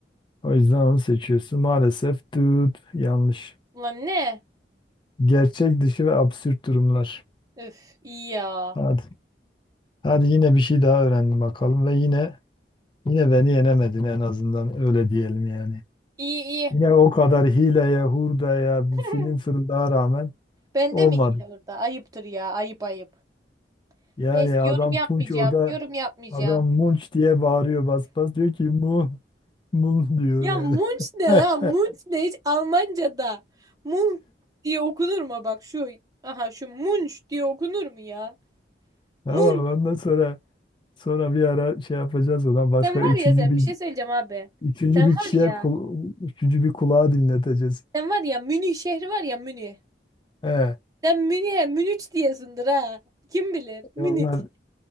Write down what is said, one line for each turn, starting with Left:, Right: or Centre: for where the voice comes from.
Left: O yüzden onu seçiyorsun. Maalesef tüt yanlış.
Right: Ulan ne?
Left: Gerçek dışı ve absürt durumlar.
Right: Üf iyi ya.
Left: Hadi. Hadi yine bir şey daha öğrendim bakalım ve yine yine beni yenemedin en azından öyle diyelim yani.
Right: İyi iyi.
Left: Yine o kadar hileye, hurdaya, bir
Right: <laughs>
Left: film fırıldağa rağmen
Right: Bende
Left: olmadı.
Right: mi hile burada? Ayıptır ya ayıp ayıp.
Left: Yani
Right: Neyse
Left: adam
Right: yorum yapmayacağım.
Left: Punç orada
Right: Yorum yapmayacağım.
Left: adam Munç diye bağırıyor bas bas diyor ki mu mun diyor
Right: Ya
Left: yani.
Right: Munch ne
Left: <laughs>
Right: ha? Munch ne hiç Almanca'da? Munch diye okunur mu? Bak şu. Aha şu Munch diye okunur mu ya?
Left: Tamam
Right: Munch.
Left: ondan sonra sonra bir ara şey yapacağız ondan başka
Right: Sen var
Left: üçüncü
Right: ya sen
Left: bir
Right: bir şey söyleyeceğim abi.
Left: üçüncü
Right: Sen var
Left: bir kişiye
Right: ya.
Left: kul- üçüncü bir kulağa dinleteceğiz.
Right: Sen var ya Münih şehri var ya Münih.
Left: He,
Right: Sen Münih'e Münüç diyesindir ha. Kim bilir? Münüç.
Left: e onlar